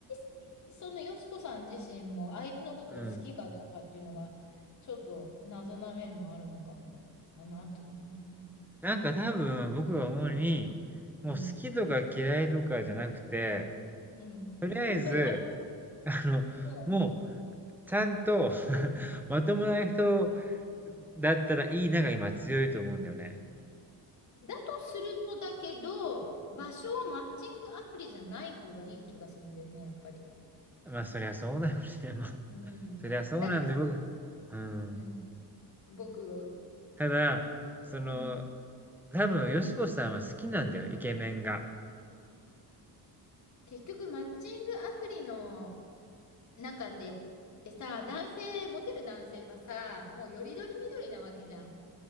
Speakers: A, on the left; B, in the centre.
A: 当にそのよしこさん自身も相手のことを好きかどうかっていうのがちょっと謎な面もあるのかもだなっていうのもあるよね。
B: うん。なんか多分僕が思うに、もう好きとか嫌いとかじゃなくて、
A: うん。うん。
B: とりあえず、
A: <laughs> だ
B: あの、
A: と
B: もうちゃんと <laughs> まともな人だったらいいなが今強いと思うんだよね。
A: だとするとだけど、場所をマッチングアプリじゃない方がいい気がするんだよね、やっぱり。
B: まあそりゃそうだよね。<laughs> まあ、
A: うん。
B: そりゃそうなんで僕、
A: だって、
B: うん。
A: うん、僕、
B: ただ、その、
A: うん、
B: 多分、よしこさんは好きなんだよ、イケメンが。
A: 結局マッチングアプリの中で、でさ、男性、モテる男性はさ、もうよりどりみどりなわけじゃん。